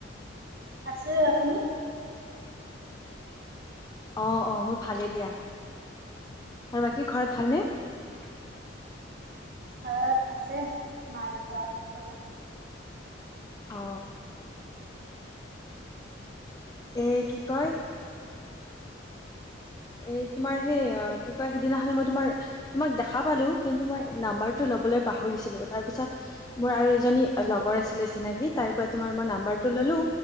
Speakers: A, on the right; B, on the left.
A: আছে আপুনি
B: অ অ মোৰ ভালেই দিয়া আৰু বাকী ঘৰত ভালনেে
A: ঘৰত আছে মা দেউতা সকলো
B: অ। এ কি কয় এ তুমাৰ সেই কি কয় সিদিনাখন যে তোমাৰ-তোমাক দেখা পালু কিন্তু ম‌ই এ নাম্বাৰটো লবলে পাহৰিছিলোঁ। তাৰ পিছত এ মোৰ আৰু এজনী লগৰ আছিলে চিনাকি। তাইৰ পৰা তোমাৰ ম‌ই নাম্বাৰটো ললু,